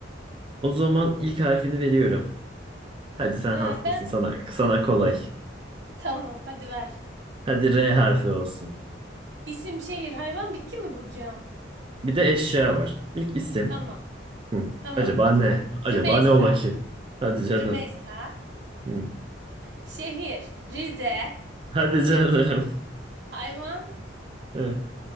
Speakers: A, on the right; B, on the right.
A: O zaman ilk harfini veriyorum. Hadi sen
B: Ha
A: hastasın
B: ben
A: sana sana kolay.
B: tamam hadi ver.
A: Hadi R harfi olsun.
B: İsim, şehir, hayvan, bitki mi bulacağım?
A: Bir de eşya var. İlk isim.
B: Tamam
A: Hı.
B: tamam.
A: Acaba ne? Acaba
B: Rümeysa.
A: ne ola ki? Hadi canım.
B: Rümeysa.
A: Hı.
B: Şehir. Rize.
A: Hadi canım.
B: Hayvan.
A: <laughs> Hı.